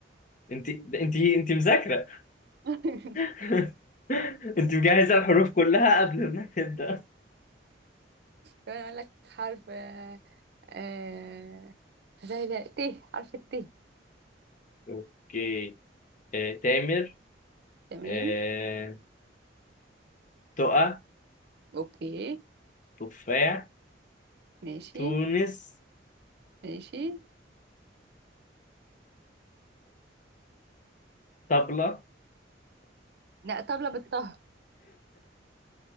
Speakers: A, on the left; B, on the right.
A: أنت أنت أنت مذاكرة
B: <laughs>
A: <laughs> أنت مجهزة الحروف كلها قبل ما تبدأ
B: كمان اقول لك حرف آه آه زي ده ت حرف الت
A: اوكي آه، تامر
B: تمام
A: آه، تقى
B: اوكي
A: تفاح
B: ماشي
A: تونس
B: ماشي
A: طبلة
B: لا طبلة بالطه